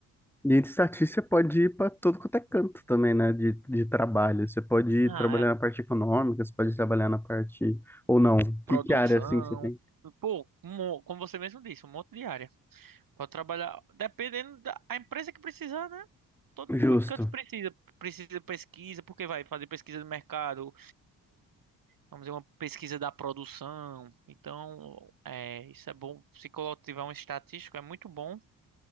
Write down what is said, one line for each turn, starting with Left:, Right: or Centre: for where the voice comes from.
Centre: e de estatística pode ir para todo quanto é canto também, né? De, de trabalho. Você pode
Right: Ah,
Centre: ir trabalhar
Right: é
Centre: na parte econômica, você pode trabalhar na parte. Ou não.
Right: produção.
Centre: Que, que área assim você tem?
Right: Pô, um mo- como você mesmo disse, um monte de área. Pode trabalhar, dependendo da a empresa que precisar, né? Todo,
Centre: Justo.
Right: muito canto precisa. Precisa de pesquisa, porque vai fazer pesquisa de mercado, vamos dizer, uma pesquisa da produção. Então, é, isso é bom. Se colo- tiver um estatístico, é muito bom